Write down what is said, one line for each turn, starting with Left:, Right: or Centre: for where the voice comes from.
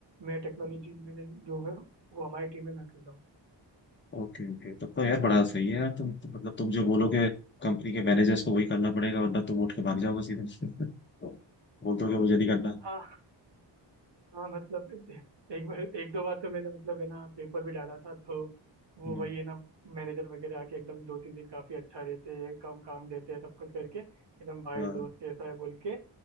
Right: मैं टेक्नोलॉजी में जो है वो हमारी टीम में मैं अकेला
Left: ओके ओके तब तो यार बड़ा सही है यार तुम तुम- मतलब तुम जो बोलोगे कंपनी के मैनेजर्स को वही करना पड़ेगा वरना तुम उठ के भाग जाओगे सीधे <laughs> बोल दोगे मुझे नहीं करना
Right: हूँ हाँ मतलब एक बार एक दो बार तो मैंने मतलब है ना पेपर भी डाला था तो वो
Left: हम्म,
Right: वही है ना मैनेजर वगैरह आके एकदम दो तीन दिन काफी अच्छा रहते हैं कम काम देते हैं सब कुछ करके एकदम भाई
Left: हाँ
Right: दोस्त कैसा है बोल के